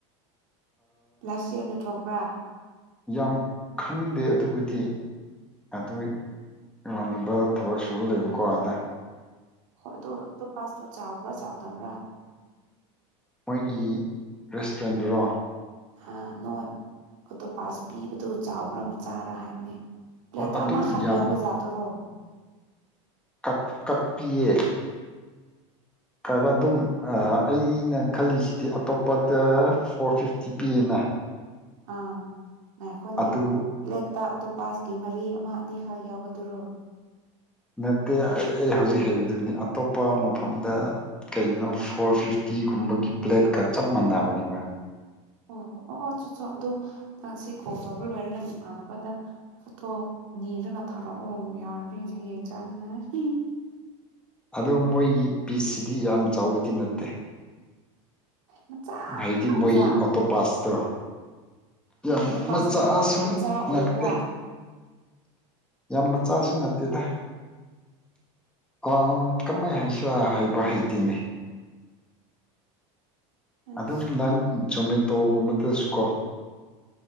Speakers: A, on the right (about 90°); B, in the centre.
A: ꯂꯥꯁ ꯏꯌꯥꯔꯅ ꯊꯣꯛꯄ꯭ꯔꯥ
B: ꯌꯥꯝ ꯈꯪꯗꯦ ꯑꯗꯨꯕꯨꯗꯤ ꯑꯗꯨ ꯏꯃꯥꯟꯅꯕ ꯊꯕꯛ ꯁꯨꯕ ꯂꯩꯕꯀꯣ ꯑꯥꯗ
A: ꯍꯣꯏ ꯑꯗꯨꯣ ꯇꯣ ꯄꯥꯁꯇꯣ ꯆꯥꯎꯕ꯭ꯔꯥ ꯆꯥꯎꯗꯕ꯭ꯔꯥ
B: ꯃꯣꯏꯒꯤ ꯔꯦꯁꯇꯨꯔꯦꯟꯗꯨꯔꯣ
A: ꯑ ꯅꯣꯏ ꯑꯣꯇꯣꯄꯥꯁ ꯄꯤꯕꯗꯣ ꯆꯥꯎꯕ꯭ꯔꯥ ꯃꯆꯥꯔꯥ ꯍꯥꯏꯕꯅꯤ ꯄ꯭ꯂꯦꯠꯇ
B: ꯍꯣꯏ ꯑꯗꯨꯝ
A: ꯑꯃꯈꯛ
B: ꯌꯥꯝ
A: ꯌꯥꯎꯕ ꯖꯥꯠꯇꯨꯔꯣ
B: ꯀꯛ ꯀꯛꯄꯤꯌꯦ <unintelligible> ꯑꯗꯨꯝ ꯑꯩꯅ ꯈꯜꯂꯤꯁꯤꯗꯤ ꯑꯇꯣꯞꯄꯗ ꯐꯣꯔ ꯐꯤꯐꯇꯤ ꯄꯤꯌꯦꯅ
A: ꯑꯥ ꯉꯥꯏꯈꯣꯅꯦ
B: ꯑꯗꯨ
A: ꯄ꯭ꯂꯦꯠ ꯇ ꯑꯣꯇꯣꯞꯄꯥꯁꯀꯤ ꯃꯔꯤ ꯑꯃ ꯑꯅꯤꯈꯛ ꯌꯥꯎꯕꯗꯨꯔꯣ
B: ꯅꯠꯇꯦ ꯑꯩ ꯑꯩ ꯍꯧꯖꯤꯛ ꯍꯩꯕꯗꯨꯅꯤ ꯑꯇꯣꯞꯄ ꯃꯐꯝꯗ ꯀꯩꯅꯣ ꯐꯣꯔ ꯐꯤꯐꯇꯤ ꯇꯤꯒꯨꯝꯕꯒꯤ ꯄ꯭ꯂꯦꯠꯀ ꯆꯞ ꯃꯥꯟꯅꯕꯅꯦꯕ
A: ꯑꯣ ꯍꯣ ꯑꯣ ꯑꯣ ꯆꯣꯠ ꯆꯣ ꯑꯗꯣ ꯅꯪ ꯁꯤ ꯀꯣꯕꯨ ꯂꯣꯏꯔꯒ ꯅꯣꯡꯃꯥꯟꯅꯕꯗ ꯐꯣꯇꯣ ꯅꯤꯔꯒ ꯊꯥꯔꯛꯑꯣ ꯌꯥꯔꯗꯤ ꯍꯌꯦꯡ ꯆꯥꯅꯤꯡꯉꯥꯏ
B: ꯑꯗꯣ ꯃꯣꯏꯒꯤ ꯄꯤꯁꯁꯤꯗꯤ ꯌꯥꯝ ꯆꯥꯎꯕꯗꯤ ꯅꯠꯇꯦ
A: ꯃꯆꯥ
B: ꯍꯥꯏꯗꯤ ꯃꯣꯏ
A: ꯃꯆꯥ
B: ꯑꯣꯇꯣꯄꯥꯁꯇꯣ ꯌꯥꯝ
A: ꯑꯣꯇꯣꯞꯄꯥꯁ
B: ꯃꯆꯥꯁꯨ
A: ꯃꯆꯥ
B: ꯅꯠꯇꯦ
A: ꯑꯣꯏꯕ꯭ꯔꯥ
B: ꯌꯥꯝ ꯃꯆꯥꯁꯨ ꯅꯠꯇꯦꯗ ꯑ ꯀꯃꯥꯏ ꯍꯥꯏꯁꯤꯔ ꯍꯥꯏꯕ ꯍꯩꯇꯦꯅꯤ
A: ꯑꯁ
B: ꯑꯗꯨꯝ ꯅꯪ ꯖꯣꯃꯦꯇꯣꯒꯨꯝꯕꯗꯁꯨꯀꯣ